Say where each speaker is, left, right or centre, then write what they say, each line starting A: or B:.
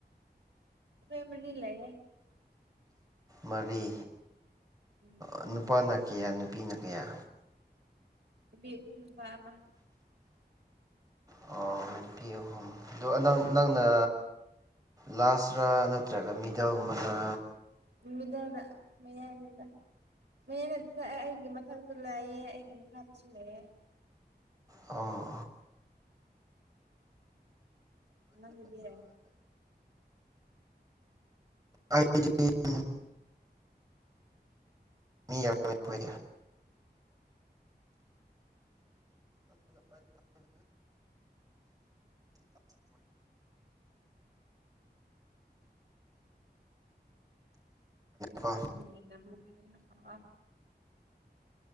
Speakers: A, on the right; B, on the right.
A: ꯑꯩꯈꯣꯏ ꯃꯔꯤ ꯂꯩꯌꯦ
B: ꯃꯔꯤ
A: ꯎꯝ
B: ꯑ ꯅꯨꯄꯥꯅ ꯀꯌꯥ ꯅꯨꯄꯤꯅ ꯀꯌꯥ
A: ꯅꯨꯄꯤ ꯑꯍꯨꯝ ꯅꯨꯄꯥ ꯑꯃ
B: ꯑꯣ ꯅꯨꯄꯤ ꯑꯍꯨꯝ ꯑꯗꯨ ꯅꯪ ꯅꯪꯅ ꯂꯥꯁꯔ ꯅꯠꯇ꯭ꯔꯒ ꯃꯤꯗꯜ ꯒꯨꯝꯕꯔ
A: ꯃꯤꯗꯥꯜꯗ ꯃꯌꯥꯏꯅꯦꯗ ꯃꯌꯥꯏ ꯅꯠꯇꯦꯗ ꯑꯩꯒꯤ ꯃꯊꯛꯇꯁꯨ ꯂꯩꯥꯌꯦ ꯑꯩꯒꯤ ꯃꯈꯥꯗꯁꯨ ꯂꯩꯌꯦ
B: ꯑꯣ
A: ꯅꯪꯒꯤꯗꯤ
B: ꯑꯩꯗꯤ <unintelligible> ꯃꯤ ꯌꯥꯝꯃꯦ ꯑꯩꯈꯣꯏꯗꯤ
A: ꯑꯦ
B: ꯀꯣ
A: ꯑꯁꯤꯅ <unintelligible>